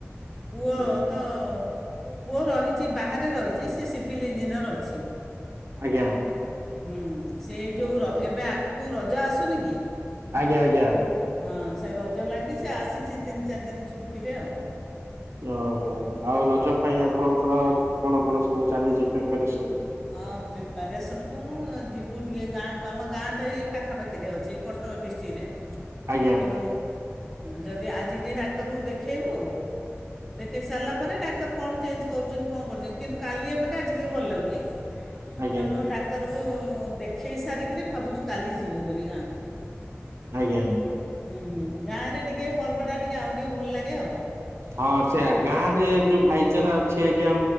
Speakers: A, in the centre; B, on the right.
A: ପୁଅ
B: ଆଜ୍ଞା
A: ତ ପୁଅ ରହିଚି ବାହାରେ ରହିଚି ସିଏ ସିଭିଲ୍ ଇଞ୍ଜିନିୟର ଅଛି।
B: ଆଜ୍ଞା।
A: ହୁଁ ସେ ଯୋଉ
B: ହୁଁ
A: ର
B: ହୁଁ
A: ଏବେ ଆଗୁକୁ ରଜ ଆସୁନି କି?
B: ଆଜ୍ଞା ଆଜ୍ଞା।
A: ହଁ ସେ ରଜ ଲାଗି ସେ ଆସିଛି ତିନି ଚାରି ଦିନ ଛୁଟିରେ ଆଉ।
B: ଓହୋ ଆଉ ରଜ ପାଇଁ ଆପଣଙ୍କର କଣ କଣ ସବୁ ଚାଲିଛି ପ୍ରିପାରେସନ?
A: ଅ ପ୍ରିପାରେସନ୍ କଣ ଯିବୁ ଟିକେ ଗାଁକୁ ଆମ ଗାଁଟା ଏଇ ପାଖାପାଖିରେ ଅଛି କଟକ ଡିଷ୍ଟ୍ରିକ୍ଟରେ।
B: ଆଜ୍ଞା।
A: ତ ଯଦି ଆଜି ଟିକେ ଡାକ୍ତରଙ୍କୁ ଦେଖେଇବୁ? ଦେଖଇ ସାରିଲା ପରେ ଡାକ୍ତର କଣ ଚେଞ୍ଜ କରୁଛନ୍ତି କଣ କରୁଛନ୍ତି କିନ୍ତୁ କାଲି ଏପାଖେ ଆଜି ଟିକେ ଭଲ ଲାଗୁଛି।
B: ଆଜ୍ଞା
A: ତେଣୁ ଡାକ୍ତରଙ୍କୁ ଦେଖେଇ ସାରିକିରି ଭାବୁଛୁ କାଲି ଯିବୁ ବୋଲି ଗାଁକୁ?
B: ଆଜ୍ଞା।
A: ହୁଁ ଗାଁ ରେ ଟିକେ ପର୍ବ ଟା ଟିକେ ଆଉ ଟିକେ ଭଲ ଲାଗେ ଆଉ।
B: ହଁ ସେୟା ଗାଁ ରେ ଯୋଉ ଭାଇଚାରା ଅଛି ଆଜ୍ଞା